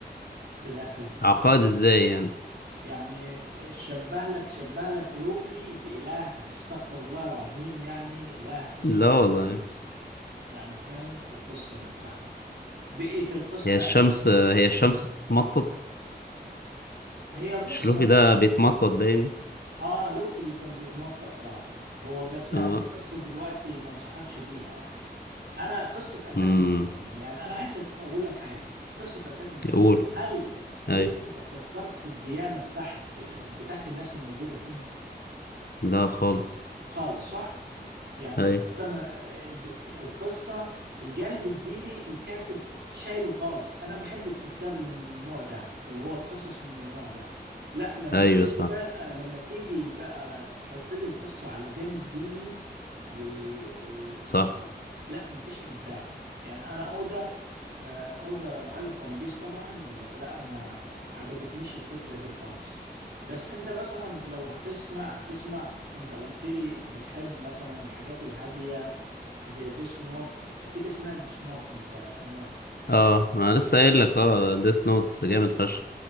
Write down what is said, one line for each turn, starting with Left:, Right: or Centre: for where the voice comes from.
Right: تداخلت في
Left: عقاد
Right: بعض
Left: ازاي يعني
Right: يعني شبه لك شبه لك ألوفي بإله استغفر الله العظيم يعني إله اسمه
Left: لا والله
Right: إله الشمس يعني فاهم في القصة نفسها بقية القصة
Left: هي الشمس هي الشمس بتتمطط
Right: هي بص
Left: مش لوفي ده بيتمطط باين
Right: اه لوفي اللي كان بيتمطر اه هو بس يعني
Left: اه
Right: قصة دلوقتي ما انصحكش بيها يعني أنا قصة أتاك
Left: امم
Right: أون تايتن يعني أنا عايز أك- أقول لك حاجة قصة أتاك أون تايتن
Left: يقول
Right: هل
Left: ايوه
Right: في لحظة فكرت في الديانة بتاعت بتاعت الناس الموجودة فيهم
Left: لا خالص
Right: خالص صح؟ يعني
Left: ايوه
Right: القصة ما ب- القصة الجانب الديني الكاتب شايله خالص أنا بحب الكتاب اللي من النوع ده اللي هو القصص من النوع ده لا لما
Left: ايوه
Right: تيجي
Left: صح
Right: بقى لما تيجي بقى تحط لي القصة على جانب ديني و... و... و...
Left: صح
Right: لا مفيش إبداع يعني أنا أوضة آه، اودا مؤلف ون بيس طبعا آه، لا انا عجبتنيش الفكره دي خالص بس انت مثلا لو هتسمع هتسمع انت قلت لي بتحب مثلا الحاجات الهاديه زي ديس نوت اكيد سمعت ديس نوت انت نوت تقريبا
Left: اه ما
Right: صح؟
Left: أنا لسه قايل لك اه ديث نوت جامد فشخ